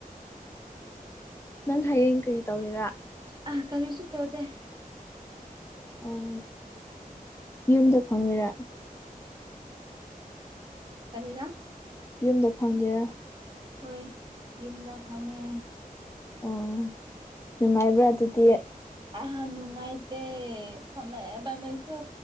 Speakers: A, on the left (about 15°); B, on the right (about 30°).
A: ꯅꯪ ꯍꯌꯦꯡ ꯀꯔꯤ ꯇꯧꯒꯦꯔ
B: ꯑ ꯈꯂꯁꯨ ꯇꯣꯗꯦ
A: ꯑꯣ ꯌꯨꯝꯗ ꯐꯪꯉꯔꯥ
B: ꯀꯔꯤꯦꯗ
A: ꯌꯨꯝꯗ ꯐꯪꯒꯦ
B: ꯍꯣꯏ ꯌꯨꯝꯗ ꯐꯝꯃꯦ
A: ꯑꯣ ꯅꯨꯡꯉꯥꯏꯕ꯭ꯔꯥ ꯑꯗꯨꯗꯤ
B: ꯑꯍꯥꯟ ꯅꯨꯡꯉꯥꯏ ꯐꯃꯦ ꯐꯃꯦꯁꯨ